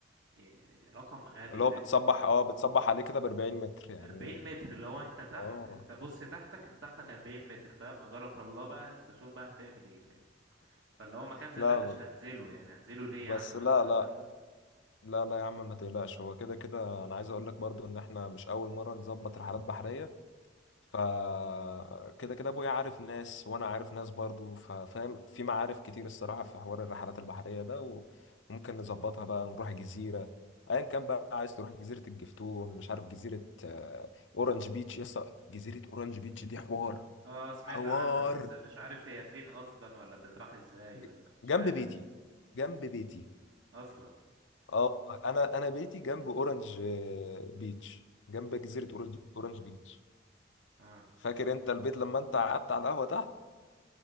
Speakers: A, on the right; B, on the left.
A: إيه، رقم غبي
B: اللي
A: فاهمني
B: هو بتصبح اه بتصبح عليه كده ب 40 متر يعني
A: 40 متر لو انت تحت
B: اه
A: انت بص تحتك انت تحتك 40 متر فاهم اجرك الله بقى انت شوف بقى هتعمل ايه فاهم فاللي هو مكان زي
B: لا
A: ده مش هنزله يعني هنزله ليه
B: بس
A: يا عم وانا
B: لا
A: ناقص
B: لا
A: اموت
B: لا لا يا عم ما تقلقش هو كده كده أنا عايز أقول لك برضو إن إحنا مش أول مرة نظبط رحلات بحرية فكده كده ابويا عارف ناس وانا عارف ناس برضو ففاهم في معارف كتير الصراحه في حوار الرحلات البحريه ده وممكن نظبطها بقى نروح جزيره ايا كان بقى عايز تروح جزيره الجفتون مش عارف جزيره آه، اورنج بيتش يسا جزيره اورنج بيتش دي حوار
A: اه سمعت
B: حوار
A: عنها بس مش عارف هي فين اصلا ولا بتطرح ازاي
B: ج-
A: ولا مش
B: جنب
A: عارف
B: بيتي جنب بيتي
A: اصلا
B: اه انا انا بيتي جنب اورنج آه، بيتش جنب جزيره اورنج أورنج بيتش
A: اه
B: فاكر انت البيت لما انت قعدت على القهوه تحت